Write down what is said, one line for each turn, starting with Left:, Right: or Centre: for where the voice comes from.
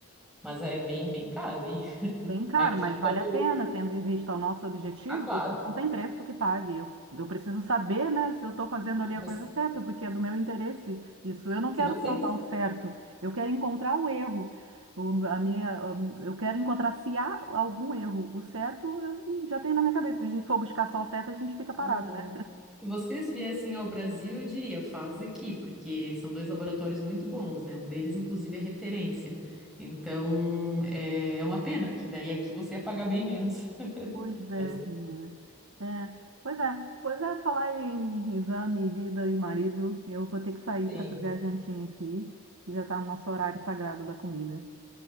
Centre: mas é bem, bem caro. E <laughs>
Right: bem caro,
Centre: aqui,
Right: mas
Centre: quando.
Right: vale a pena, tendo em vista o nosso objetivo,
Centre: Ah, claro,
Right: não tem preço que pague. Eu, eu preciso saber, né, se eu estou fazendo ali
Centre: você-
Right: a coisa certa, porque é do meu interesse. Isso, eu não
Centre: se
Right: quero
Centre: você
Right: provar o certo, eu quero encontrar o erro. O- a minha, eu quero encontrar se há algum erro. O certo eu já tenho na minha cabeça. Se a gente for buscar só o certo, a gente fica parado.
Centre: Uhum.
Right: né?
Centre: Se vocês viessem ao Brasil, eu diria, faz aqui, porque são dois laboratórios muito bons, né? Um deles, inclusive, é referência. Então, é é uma pena, porque daí aqui você ia pagar bem menos. <laughs>
Right: Pois é,
Centre: Mas
Right: menina. É, pois é, pois é, falar em exame, vida e marido, eu vou ter que sair
Centre: tem.
Right: para fazer a jantinha aqui, que já está no nosso horário sagrado da comida.